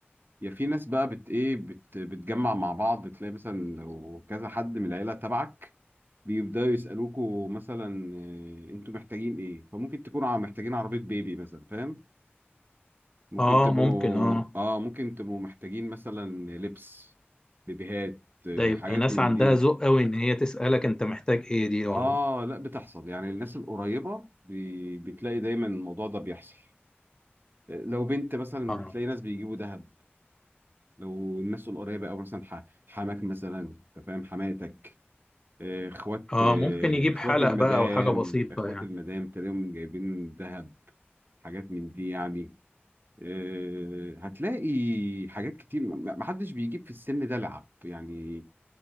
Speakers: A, on the right; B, on the left.
A: يا في ناس بقى بت ايه بت بتجمع مع بعض تلاقي مثلا لو كذا حد من العيله تبعك بيبداوا يسالوكوا مثلا إيه، انتوا محتاجين ايه فممكن تكونوا ع- محتاجين عربيه بيبي مثلا فاهم ممكن
B: اه
A: تبقوا
B: ممكن اه
A: اه ممكن تبقوا محتاجين مثلا لبس بيبيهات إيه،
B: ده يبقى
A: حاجات
B: ناس
A: من
B: عندها
A: دي
B: ذوق قوي ان هي تسألك انت محتاج ايه دي والله
A: اه لا بتحصل يعني الناس القريبه بي... بتلاقي دايما الموضوع ده بيحصل إيه، لو بنت مثلا
B: اه
A: بتلاقي ناس بيجيبوا ذهب لو الناس القريبه او مثلا ح... حماك مثلا انت فاهم حماتك آه، اخوات
B: اه
A: آه،
B: ممكن يجيب
A: اخوات
B: حلق
A: المدام
B: بقى او حاجة بسيطة
A: اخوات
B: يعني
A: المدام تلاقيهم جايبين ذهب حاجات من دي يعني آه، هتلاقي حاجات كتير ما ما حدش بيجيب في السن ده لعب يعني